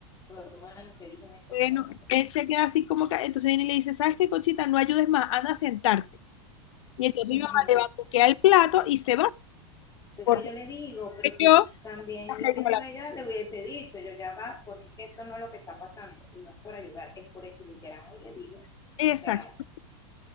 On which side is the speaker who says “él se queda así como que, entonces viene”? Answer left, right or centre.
Left